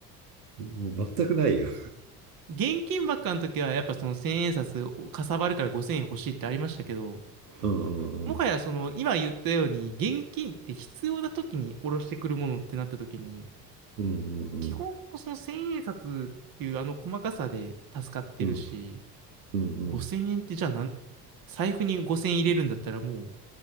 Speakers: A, on the right; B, on the right.
A: う。もう全くないよ。
B: 現金ばっかの時は、やっぱその1000円札をかさばるから5000円欲しいってありましたけど、
A: うんうんうん。
B: もはやその今言ったように現金って必要な時に下ろしてくるものってなった時に
A: うんうんうん。
B: 基本その千円札っていうあの細かさで助かってるし
A: うんうんうん。
B: 5000円ってじゃあなん財布に5000円入れるんだったらもう